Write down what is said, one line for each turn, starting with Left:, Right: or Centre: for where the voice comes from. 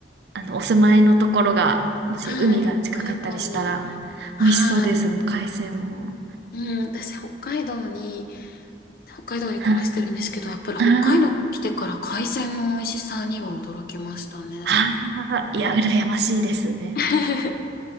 Right: あの、
Left: ね
Right: お住まいのところが、もし海が近かったりしたら、
Left: はい、北海道に、はい。
Right: 美味しそうです、もう海鮮も。
Left: うん、私、北海道に、北海道に暮らしてるんですけど、
Right: はい
Left: やっぱり北海道に来てから海鮮の美味しさには驚きましたね。
Right: あー、あー、いや、羨ましいですね。
Left: <laughs> やっ